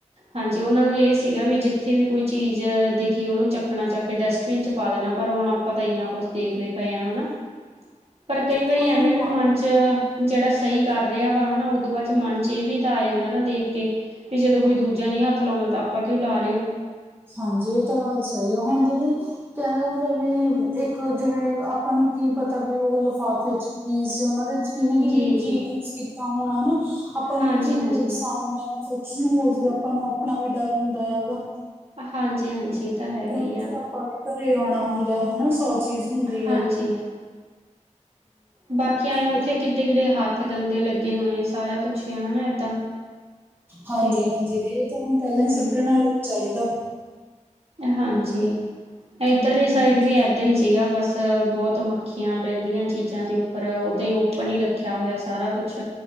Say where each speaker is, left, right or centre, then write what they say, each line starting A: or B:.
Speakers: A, on the right (about 50°); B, on the right (about 15°).
A: ਹਾਂਜੀ ਉਹਨਾਂ ਨੂੰ ਇਹ ਸੀਗਾ ਵੀ ਜਿੱਥੇ ਵੀ ਕੋਈ ਚੀਜ਼ ਦਿਖੀ ਉਹਨੂੰ ਚੱਕਣਾ ਚੱਕ ਕੇ ਡਸਟਬਿਨ ਪਾ ਦੇਣਾ ਪਰ ਹੁਣ ਆਪਾਂ ਤਾਂ ਇੰਨਾ ਕੁੱਛ ਦੇਖਦੇ ਪਏ ਹਾਂ ਹਨਾ, ਪਰ ਕਈ ਵਾਰੀ
B: ਕੋਈ
A: ਐਵੇਂ
B: ਨੀ ਪਾਉਂਦਾ
A: ਵੀ ਮਨ 'ਚ ਜਿਹੜਾ ਸਹੀ ਕਰ ਰਿਹਾ ਵਾ ਹਨਾ ਉਦੋਂ ਬਾਅਦ ਮਨ 'ਚ' ਇਹ ਵੀ ਤਾਂ ਆ ਜਾਂਦਾ ਨਾ ਦੇਖ ਕੇ ਵੀ ਜਦੋਂ ਕੋਈ ਦੂਜਾ ਨੀ ਹੱਥ ਲਾਉਦਾ ਤਾਂ ਆਪਾਂ ਕਿਉਂ ਲਾ ਰਹੇ ਹੋ
B: ਹਾਂਜੀ ਇਹ ਤਾਂ ਗੱਲ ਸਹੀ ਆ ਹੁਣ ਦੀਦੀ ਕਹਿੰਦੇ ਹੁੰਦੇ ਵੀ ਇੱਕ ਉਹ ਜਿਵੇਂ ਆਪਾਂ ਨੂੰ ਕੀ ਪਤਾ ਵੀ ਉਹ ਲਿਫਾਫੇ ਚ ਕੀ ਸੀ ਉਹਨਾਂ ਦੇ 'ਚ ਕਿਹਨੇ -ਕਿਹਨੇ
A: ਜੀ
B: ਕੀ
A: ਜੀ
B: ਯੂਜ ਕੀਤਾ ਹੋਣਾ ਹਨਾ, ਆਪਾਂ
A: ਹਾਂਜੀ
B: ਨੂੰ ਇਹ ਚੀਜ਼ ਮਤਲਬ
A: ਹਾਂਜੀ।
B: ਸ ਸੱਚੀ ਨਾ ਹੋ ਜਾਵੇ ਆਪਾਂ ਨੂੰ ਆਪਣਾ ਵੀ ਡਰ ਹੁੰਦਾ ਹੈਗਾ
A: ਹਾਂਜੀ-ਹਾਂਜੀ ਇਹ ਤਾਂ ਹੈਗਾ
B: ਕਿਉਂਕਿ
A: ਈ ਆ।
B: ਫਿਰ ਆਪਾਂ ਵੀ ਘਰੇ ਆਉਣਾ ਹੁੰਦਾ ਹਨਾ, ਸੌ ਚੀਜ਼ ਹੁੰਦੀ
A: ਹਾਂਜੀ।
B: ਆਗੀ।
A: ਬਾਕੀ ਆਏ ਆ ਉੱਥੇ
B: ਇਹ ਤਾਂ
A: ਕਿੱਥੇ -ਕਿੱਥੇ ਹੱਥ ਗੰਦੇ ਲੱਗੇ ਹੋਣੇ ਆ ਸਾਰਾ ਕੁਛ ਈ ਆ ਹੁਣ ਏਦਾਂ।
B: ਹਾਂਜੀ-ਹਾਂਜੀ
A: ਤੇ
B: ਦੀ ਇਹ ਤਾਂ ਹੁਣ ਪਹਿਲਾਂ
A: ਹੂੰ
B: ਈ ਸੁੱਟਣ ਵਾਲਾ ਚਾਹੀਦਾ।
A: ਹਾਂਜੀ, ਇੱਧਰਲੀ
B: ਹਾਂਜੀ
A: ਸਾਈਡ ਵੀ ਏਦਾਂ ਈ ਸੀਗਾ। ਤੇ ਬਹੁਤ ਮੱਖੀਆਂ ਬਹਿੰਦੀਆਂ ਚੀਜ਼ਾਂ ਦੇ ਉੱਪਰ ਉਦਾਂ ਹੀ ਉੱਪਨ ਹੀ ਰੱਖਿਆ ਹੋਇਆ ਸਾਰਾ ਕੁਛ।